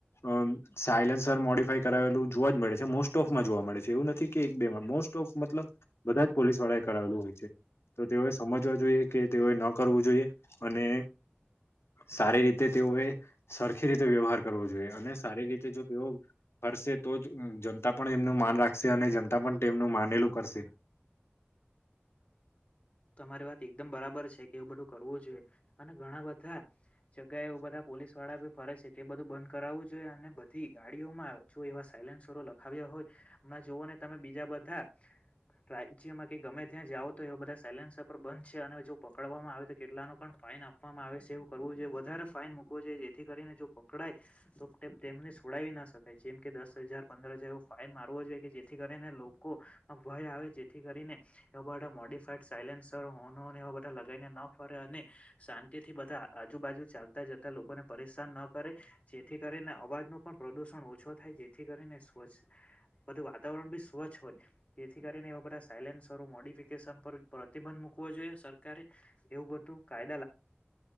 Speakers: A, on the left; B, on the left.
A: અ સાયલેન્સર મોડીફાય કરાવેલું જોવા જ મળે છે. મોસ્ટ ઓફમાં જોવા મળે છે એવું નથી કે એક બેમાં.
B: રહેવું
A: મોસ્ટ ઓફ મતલબ બધા જ પોલીસવાળાએ કરાવેલું
B: રૂમમાં
A: હોય છે તો તેઓ સમજવા જોઈએ કે તેઓએ ન કરવું જોઈએ. અને સારી રીતે તેઓએ સરખી રીતે વ્યવહાર કરવો જોઈએ અને સારી રીતે જો તેઓ ફરશે, તો જ જનતા પણ એમનું માન રાખશે અને જનતા પણ તેમનું માનેલું કરશે.
B: તમારી વાત એકદમ બરાબર છે કે એવું બધું કરવું જોઈએ અને ઘણા બધા જગ્યાએ એવું બધા પોલીસવાળા બી ફરે છે એ બધું બંધ કરાવવું જોઈએ અને બધી ગાડીઓમાં જો એવા સાયલેન્સરો લખાવ્યા હોય. માં જોવોને તમે બીજા બધા રાજ્યમાં કે ગમે ત્યાં જાઓ તો એ બધા સાયલેન્સ પણ બંધ છે અને જો પકડવામાં આવે તો કેટલાનો પણ ફાઈન આપવામાં આવે છે એવું કરવું જોઈએ. વધારે ફાઈન મુકવો જોઈએ જેથી કરીને જો પકડાય તો તે તેમને છોડાવી ના શકાય. જેમ કે દસ હજાર પંદર, હજાર એવો ફાઇન મારવો જોઈએ, કે જેથી કરીને લોકોમાં ભય આ વે જેથી કરીને એ બધા મોડફાઈડ સાઈલેનસરો હોનોને એવા બધા લગાડીને ના ફરે અને શાંતિથી બધા આજુબાજુ ચાલતા જતા લોકોને પરેશ <inaudible> ન કરે, જેથી કરીને અવાજનું પણ પ્રદુષણ ઓછું થાય. જેથી કરીને સ્વચ્છ બધું વાતાવરણ બી સ્વચ્છ હોય, જેથી કરીને એવા બધા સાયલન્સ રો મોડીફિકેશન પર પ્રતિબંધ મુકવો જોઈએ. સરકારે એવું બધું કાય